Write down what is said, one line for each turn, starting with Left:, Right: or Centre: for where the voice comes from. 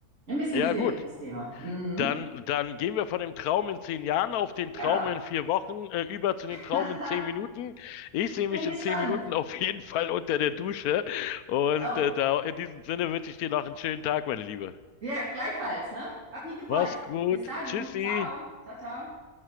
Right: ein bisschen
Left: ja
Right: schwierig
Left: gut.
Right: das Thema. Mhm.
Left: Dann, dann gehen wir von dem Traum in zehn Jahren auf den
Right: Ja,
Left: Traum in vier Wochen, äh, über zu
Right: <laughs>
Left: dem Traum in zehn Minuten. Ich sehe
Right: ich bin
Left: mich
Right: gespannt.
Left: in zehn Minuten auf jeden Fall unter der Dusche. Und
Right: Oh,
Left: äh, da, in diesem Sinne wünsche ich dir noch einen schönen Tag, meine Liebe.
Right: ja, gleichfalls, ne? Hat mich gefreut.
Left: Mach's gut.
Right: Bis dann.
Left: Tschüssi.
Right: Ciao. Ciao, ciao.